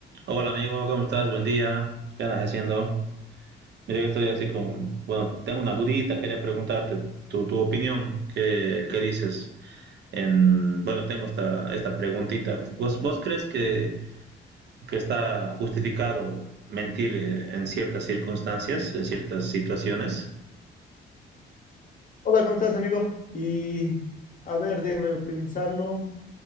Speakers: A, on the right; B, on the left.
A: Hola amigo, ¿cómo estás? Buen día. ¿Qué andas haciendo? Mira, yo estoy así con, bueno, tengo una dudita, quería preguntarte tu, tu opinión, ¿qué, qué dices? En, bueno, tengo esta, esta preguntita. ¿Vos, vos crees que, que está justificado mentir eh, en ciertas circunstancias, en ciertas situaciones?
B: Hola, ¿cómo estás, amigo? Y a ver, déjame pensarlo.